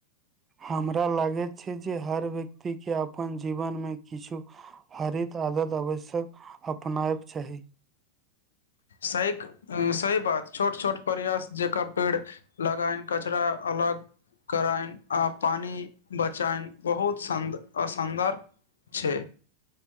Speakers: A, on the right; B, on the left.
A: हमरा लागैत छै जे हर व्यक्तिके अपन जीवनमे किछु हरित आदत आवश्यक अपनाएब चाही
B: सहीक सही बात छोट छोट प्रयास जेका पेड़ लगाइन कचरा अलग <unintelligible> कराइन आ पानि बचाइन <unintelligible> बहुत सन्द असन्दर <unintelligible> छै